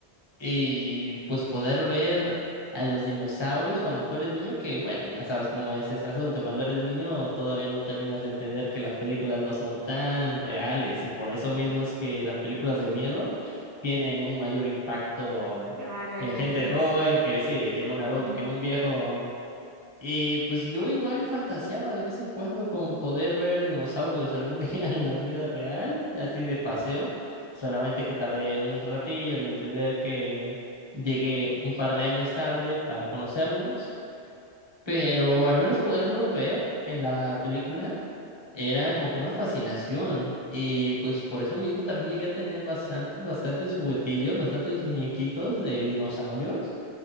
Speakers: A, on the left; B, on the right.
A: Y pues poder ver a los dinosaurios cuando tú eres niño, que bueno, ya sabes cómo es este asunto. Cuando eres niño todavía no terminas de entender que las películas no son tan reales y por eso mismo es que las películas de miedo tienen un mayor impacto
B: claro, en
A: en
B: los
A: gente
B: niños.
A: joven que sí, que en un adulto,
B: Ujú,
A: que en un viejo. Y pues yo igual fantaseaba de vez en cuando con poder ver dinosaurios algún <laughs> día en la vida real, así de paseo, solamente que tardé un ratillo en entender que llegué un par de años tarde para conocerlos, pero al menos poderlos ver en la película era como que una fascinación y pues por eso mismo también llegué a tener bastantes, bastantes juguetillos, bastantes muñequitos de dinosaurios